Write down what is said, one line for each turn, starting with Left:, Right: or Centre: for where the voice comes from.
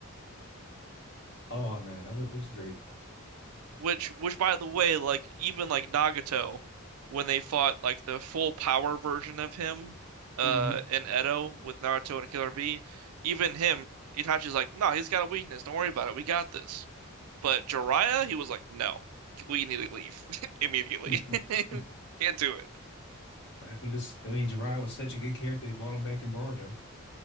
Left: oh man, that was that was great.
Right: Which which by the way, like even like Nagato, when they fought like the full power version of him, uh,
Left: hmm
Right: in Edo with Naruto and Killer Bee, even him, Itachi's like, no, he's got a weakness. Don't worry about it. We got this. But Jiraiya, he was like, no, we need to leave <laughs> immediately.
Left: <laughs>
Right: Can't do it.
Left: He was. I mean, Jiraiya was such a good character. They brought him back in Boruto